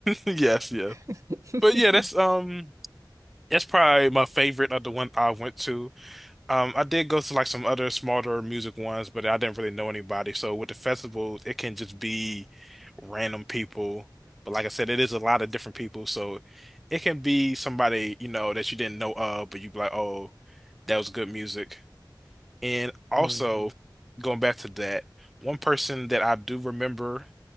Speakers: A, in the centre; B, on the right (about 40°).
A: Yes, yes.
B: though.
A: But yeah, that's
B: <laughs>
A: um that's probably my favorite of the one I went to. Um I did go to like some other smaller music ones, but I didn't really know anybody. So with the festivals, it can just be random people. But like I said, it is a lot of different people, so it can be somebody, you know, that you didn't know of, but you'd be like, "Oh, that was good music." And also
B: hmm
A: going back to that, one person that I do remember